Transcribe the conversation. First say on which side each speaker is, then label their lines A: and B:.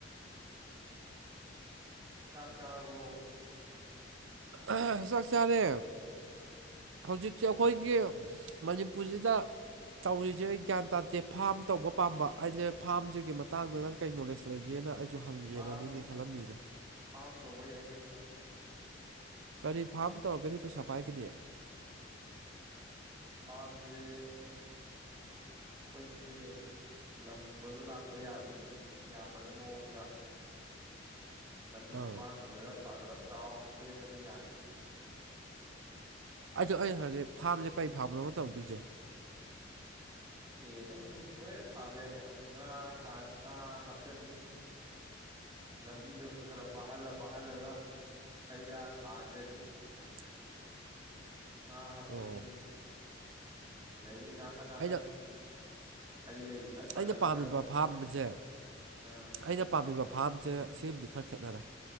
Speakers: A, on the right; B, on the right.
A: ꯆꯥꯛ ꯆꯥꯔꯕꯣ
B: ꯑꯍꯥ ꯆꯥꯛ ꯆꯥꯔꯦ꯫ ꯍꯧꯖꯤꯛꯁꯦ ꯑꯩꯈꯣꯏꯒꯤ ꯃꯅꯤꯄꯨꯔꯁꯤꯗ ꯇꯧꯔꯤꯁꯦ ꯑꯩ ꯒ꯭ꯌꯥꯟ ꯇꯥꯗꯦ ꯐꯥꯝ ꯇꯧꯕ ꯄꯥꯝꯕ ꯑꯩꯅ ꯐꯥꯝꯁꯤꯒꯤ ꯃꯇꯥꯡꯗ ꯅꯪ ꯀꯩ ꯅꯣꯂꯦꯖ ꯂꯩꯒꯦꯅ ꯑꯗꯨ ꯍꯪꯒꯦꯅꯅꯤꯅꯦ
A: ꯐꯥꯝ
B: ꯈꯜꯂꯝꯃꯤꯁꯦ
A: ꯐꯥꯝ ꯇꯧꯕ ꯌꯥꯏ ꯀꯩꯅꯣ
B: ꯀꯔꯤ ꯐꯥꯝ ꯇꯧꯔꯒꯗꯤ ꯄꯩꯁꯥ ꯄꯥꯏꯒꯅꯤ
A: ꯐꯥꯝꯁꯦ ꯑꯩꯈꯣꯏꯒꯤ ꯂꯝ ꯀꯣꯏꯕ ꯂꯥꯛꯄ ꯌꯥꯕꯁꯨ ꯌꯥꯕꯩ ꯃꯑꯣꯡꯗ ꯂꯝꯕꯤ
B: ꯑꯥ
A: ꯃꯄꯥꯟꯒꯨꯝꯕꯗ ꯐꯖꯅ ꯆꯥꯎꯅ ꯁꯦꯝꯃꯗꯤ ꯌꯥꯅꯤ
B: ꯑꯩꯗꯣ ꯑꯩ ꯍꯧꯖꯤꯛ ꯐꯥꯝꯖꯦ ꯀꯩ ꯐꯥꯝꯅꯣꯕ ꯇꯧꯗꯣꯏꯖꯦ
A: ꯑꯦ ꯅꯪ ꯂꯣꯏꯅ ꯊꯥꯕ ꯌꯥꯏ ꯀꯩꯅꯣ ꯉꯥ ꯊꯥ ꯉꯥ ꯍꯥꯞꯆꯟꯅꯤ ꯂꯝꯕꯤꯗꯣ ꯈꯔ ꯈꯔ ꯄꯥꯍꯜꯂ ꯄꯥꯍꯜꯂꯒ ꯍꯩꯔꯥ ꯊꯥꯖꯟꯅꯤ
B: <inaudible>
A: ꯉꯥ ꯍꯥꯞꯆꯟꯅꯤ
B: ꯑꯣ
A: ꯑꯗꯩꯗꯤ ꯅꯥꯀꯟ ꯅꯥꯀꯟ
B: ꯑꯩꯅ
A: ꯍꯩ ꯂꯩ ꯈꯔ ꯊꯥꯖꯤꯜꯂꯒ
B: ꯑꯩꯅ ꯄꯥꯝꯃꯤꯕ
A: ꯑꯗꯨꯝ
B: ꯐꯥꯝꯁꯦ
A: ꯑ
B: ꯑꯩꯅ ꯄꯥꯝꯃꯤꯕ ꯐꯥꯝꯁꯦ ꯁꯤꯃꯗꯤ ꯈꯔ ꯈꯦꯠꯅꯔꯦ